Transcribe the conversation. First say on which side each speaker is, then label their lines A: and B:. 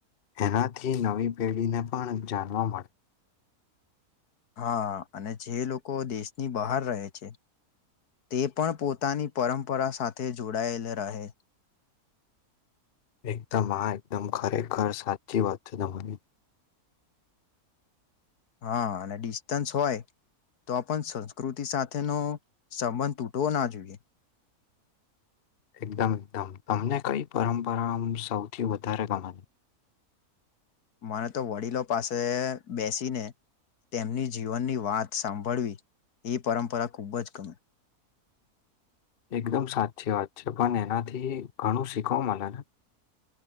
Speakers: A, on the left; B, on the left.
A: એનાથી નવી પેઢીને પણ જાણવા મળે.
B: હા અને જે લોકો દેશની બહાર રહે છે. તે પણ પોતાની પરંપરા સાથે જોડાયેલ રહે.
A: એકદમ આ એકદમ ખરેખર સાચી વાત છે તમારી.
B: હા અને ડિસ્ટન્સ હોય તો આપણ સંસ્કૃતિ સાથેનો સંબંધ તૂટવો ના જોઈએ.
A: એકદમ એકદમ તમને કઈ પરંપરા સૌથી વધારે ગમાની
B: મને તો વડીલો પાસે બેસીને તેમની જીવનની વાત સાંભળવી એ પરંપરા ખૂબ જ ગમે.
A: એકદમ સાચી વાત છે પણ એનાથી ઘણું શીખવા મળે ને.